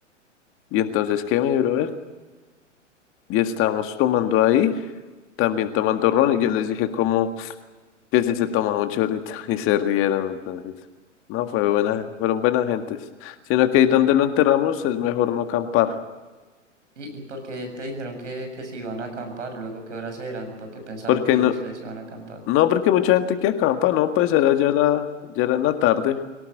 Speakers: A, on the left; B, on the right.
A: y entonces, ¿qué, mi brother? Y estábamos tomando ahí, también tomando ron, y yo les dije como que si se tomaba un chorrito, <laughs> y se rieron, entonces. No, fue buena, fueron buenas gentes. Sino que ahí donde lo enterramos es mejor no acampar.
B: ¿Y, y por qué te dijeron que, que si iban a acampar? Luego, ¿qué horas eran? Porque pensaron
A: Porque
B: que
A: no,
B: ustedes iban a acampar.
A: no, porque mucha gente que acampa, no, pues era ya la, ya era en la tarde.